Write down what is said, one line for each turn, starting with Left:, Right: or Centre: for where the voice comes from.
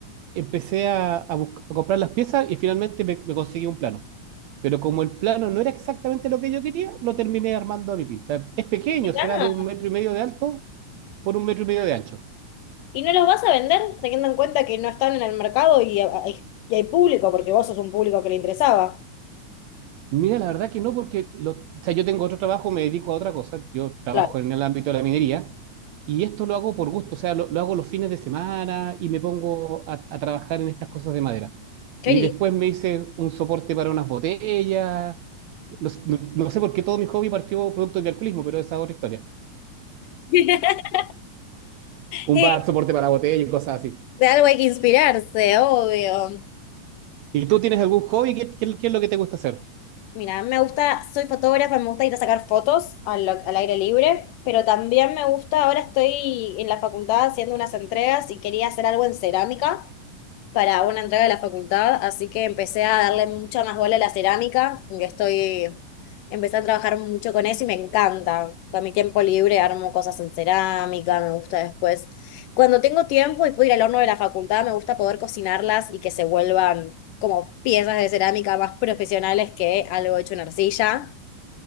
Right: empecé a, a bus- a comprar las piezas y finalmente me, me conseguí un plano. Pero como el plano no era exactamente lo que yo quería, lo terminé armando a mi pinta. Es pequeño,
Left: Mirá,
Right: será de un metro y medio de alto por un metro y medio de ancho.
Left: ¿Y no los vas a vender teniendo en cuenta que no están en el mercado y, hay, y hay público, porque vos sos un público que le interesaba?
Right: Mira, la verdad que no, porque lo- o sea, yo tengo otro trabajo, me dedico a otra cosa. Yo trabajo
Left: Claro.
Right: en el ámbito de la minería y esto lo hago por gusto, o sea, lo, lo hago los fines de semana y me pongo a, a trabajar en estas cosas de madera.
Left: Qué
Right: Y
Left: lindo.
Right: después me hice un soporte para unas botellas. No, s- no- no sé por qué todo mi hobby partió producto del alcoholismo, pero esa es otra historia.
Left: <laughs> Y
Right: Un bar, soporte para botellas y cosas así.
Left: de algo hay que inspirarse, obvio.
Right: ¿Y tú tienes algún hobby? ¿Qué, qué- qué es lo que te gusta hacer?
Left: Mira, me gusta, soy fotógrafa, me gusta ir a sacar fotos al, al aire libre, pero también me gusta, ahora estoy en la facultad haciendo unas entregas y quería hacer algo en cerámica. para una entrega de la facultad, así que empecé a darle mucha más bola a la cerámica, que estoy, empecé a trabajar mucho con eso y me encanta. Para mi tiempo libre armo cosas en cerámica, me gusta después. Cuando tengo tiempo y puedo ir al horno de la facultad, me gusta poder cocinarlas y que se vuelvan como piezas de cerámica más profesionales que algo hecho en arcilla.